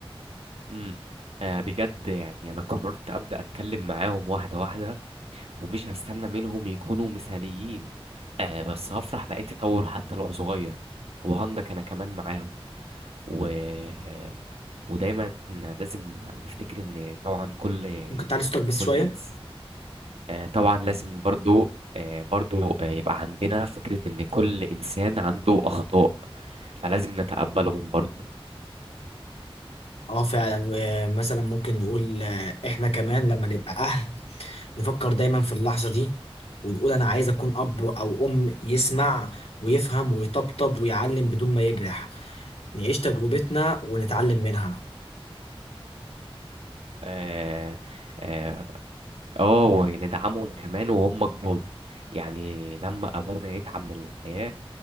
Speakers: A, on the right (about 80°); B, on the left (about 80°).
A: امم آه بجد يعني انا قررت ابدا اتكلم معاهم واحده واحده ومش هستنى منهم يكونوا مثاليين آه بس هفرح باي تطور حتى لو صغير وهندك انا كمان معاهم و... آه، ودايما لازم نفتكر ان طبعا كل
B: ممكن تعلي صوتك بس
A: كل
B: شوية
A: انسان آه، طبعا لازم برضو آه، برضو آه، يبقى عندنا فكرة إن كل إنسان عنده أخطاء فلازم نتقبلهم برضو
B: اه فعلا ومثلا ممكن نقول آه، احنا كمان لما نبقى أهل <laughs> نفكر دايما في اللحظة دي ونقول أنا عايز أكون أب أو أم يسمع ويفهم ويطبطب ويعلم بدون ما يجرح نعيش تجربتنا ونتعلم منها
A: آه آه آه، وندعمهم كمان وهم كبار يعني لما أبونا يتعب من الحياة